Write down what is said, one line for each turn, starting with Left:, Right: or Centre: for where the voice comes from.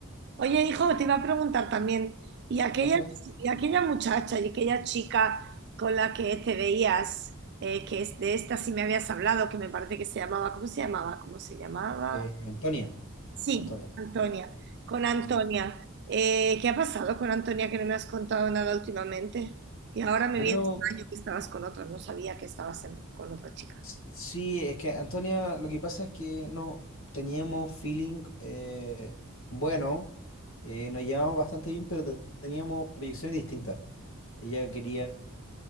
Right: Oye, hijo, te iba a preguntar también, ¿y aquella,
Left: Cuéntame,
Right: y aquella muchacha y aquella chica con la que te veías, eh, que es de esta sí me habías hablado, que me parece que se llamaba, ¿cómo se llamaba? ¿Cómo se llamaba?
Left: eh, Antonia.
Right: Sí,
Left: Antonia.
Right: Antonia, con
Left: Sí.
Right: Antonia. Eh, ¿qué ha pasado con Antonia que no me has contado nada últimamente? Y ahora me
Left: Bueno,
Right: viene extraño que estabas con otra, no sabía que estabas en- con otra chica.
Left: s- sí, es que Antonia, lo que pasa es que no teníamos feeling eh, bueno, eh, nos llevábamos bastante bien, pero te- teníamos proyecciones distintas. Ella quería,